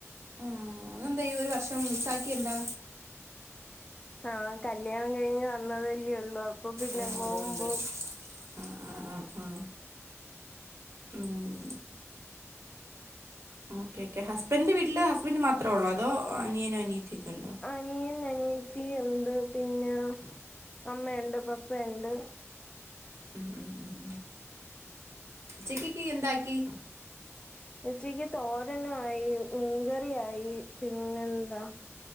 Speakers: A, on the right; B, on the left.
A: ആഹ് അതെന്താ ഈ ഒരു വർഷം മിസ്സാക്കി എന്താ
B: ആഹ് കല്യാണം കഴിഞ്ഞ് വന്നതല്ലേ ഒള്ളൂ അ അപ്പൊ പിന്നെ
A: ഓ
B: പോവുമ്പോ
A: അതുകൊണ്ട് ആ ആ ആ ആഹ് ഉം ഓക്കെ ഓക്കെ ഹസ്ബന്റെ വീട്ട്ല് ഹസ്ബന്റ് മാത്രേ ഒള്ളോ അതോ അനിയനോ അനിയത്തി ഒക്കേണ്ടോ
B: അനിയനും അനിയത്തിയും ഉണ്ട് പിന്നെ അമ്മയ്ണ്ട് പപ്പയ്ണ്ട്
A: മ് മ് മ് ഉച്ചക്കിക്കി എന്താക്കി
B: ഉച്ചക്കി തോരനു ആയി മീകറിയായി പിന്നെന്താ